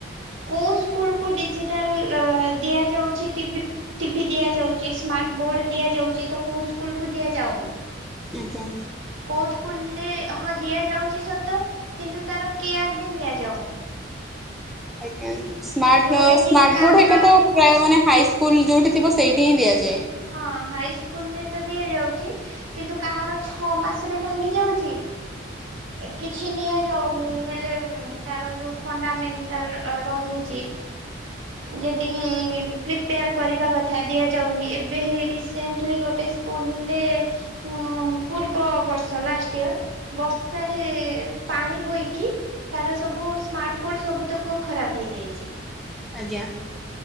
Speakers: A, on the right; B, in the centre.
A: କୋଉ ସ୍କୁଲ କୁ ଡିଜିଟାଲ ଦିଆଯାଉଛି ଟିଭି ଟିଭି ଦିଆଯାଉଚି ସ୍ମାର୍ଟ ବୋର୍ଡ ଦିଆଯାଉଚି ତ କୋଉ ସ୍କୁଲ କୁ ଦିଆଯାଉନି?
B: ଆଜ୍ଞା।
A: କୋଉ ସ୍କୁଲରେ ହଁ ଦିଆଯାଉଚି ସତ କିନ୍ତୁ ତାର କେୟାର ବି ନିଆଯାଉନି?
B: ଆଜ୍ଞା ସ୍ମାର୍ଟ
A: ଯୋଉଟା କି
B: ସ୍ମାର୍ଟ
A: କାହାର
B: ବୋର୍ଡ଼ ଏଟା ତ ପ୍ରାଏ ମାନେ ହାଇସ୍କୁଲ୍ ଯୋଉଠି ଥିବ ସେଇଠି ହିଁ ଦିଆଯାଏ।
A: ହଁ ହାଇ ସ୍କୁଲ ରେ ତ ଦିଆଯାଉଚି। କିନ୍ତୁ କାହାର ଛଅ ମାସରେ ଭାଙ୍ଗି ଯାଉଚି। କିଛି ନିଆଯାଉନି ହେଲେ ତାର ଯୋଉ <inaudible> ରହିଚି। ଯେତିକି ପ୍ଲିପ୍ ପେୟାର କରିବା କଥା ଦିଆଯାଉନି। ଏବେ ହେଇ ରିସେଣ୍ଟଲି ଗୋଟେ ସ୍କୁଲ ଲେ ହୁଁ ପୂର୍ବ ବର୍ଷ ଲାଷ୍ଟ ଇୟର୍। ବର୍ଷାରେ ପାଣି ବୋଇକି ତାର ସବୁ ସ୍ମାର୍ଟ ବୋର୍ଡ଼ ସବୁ ତକ ଖରାପ ହେଇଯାଇଚି।
B: ଆଜ୍ଞା।